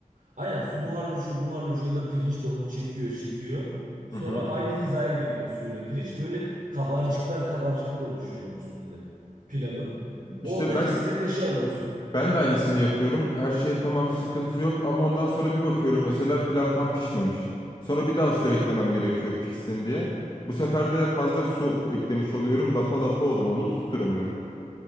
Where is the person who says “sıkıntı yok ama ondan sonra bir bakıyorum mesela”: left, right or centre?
Left